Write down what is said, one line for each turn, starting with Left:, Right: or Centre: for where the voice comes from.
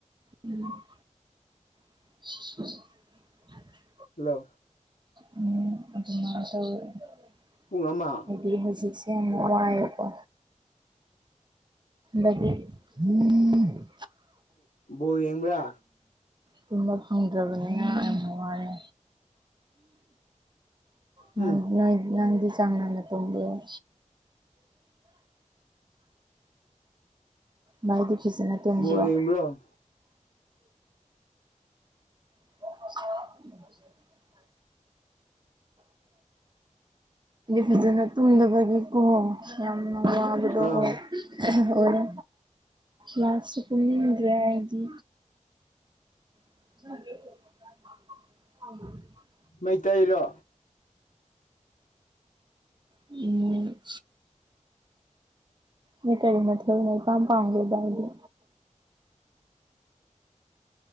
Right: ꯎꯝ <inaudible>
Left: ꯭ꯂ
Right: ꯎꯝ ꯑꯗꯨꯃ ꯇꯗꯤꯖꯤ
Left: ꯄꯨꯡ ꯑꯃ
Right: ꯌꯥꯝꯅꯨꯡ ꯋꯥꯑꯀꯣ ꯂꯩ ꯎꯝ
Left: ꯣ ꯌꯦꯡꯕ꯭ꯔꯥ
Right: ꯇꯨꯝꯕ ꯐꯪꯗ꯭ꯔꯕꯅꯤꯅ ꯌꯥꯝ ꯋꯥꯔꯦ ꯅꯪ
Left: ꯎꯝ
Right: ꯅꯣꯏ ꯅꯪꯗꯤ ꯆꯥꯡꯅꯥꯅ ꯇꯕꯤ ꯑꯣ ꯃꯥꯏꯗꯤ ꯐꯁꯤꯅ ꯇꯗ
Left: ꯕꯣꯜ ꯌꯦꯡꯕ꯭ꯔꯣ
Right: <inaudible> ꯐꯖꯅ ꯇꯨꯝꯗꯕꯒꯤꯀꯣ ꯌꯥꯝ ꯃꯃꯥꯡꯗꯗ
Left: ꯑꯥ
Right: ꯑꯣꯏ ꯂꯥꯁꯥꯁ ꯄꯨꯅꯤꯗ꯭ꯔꯦ ꯍꯥꯏꯗꯤ <inaudible>
Left: ꯃꯩꯇꯩꯔꯣ
Right: ꯎꯝ ꯅ ꯀꯔꯤ ꯃꯊꯦꯜꯅ ꯢꯄꯝ ꯄꯥꯝꯒꯦꯕ ꯍꯥ ꯏꯗꯤ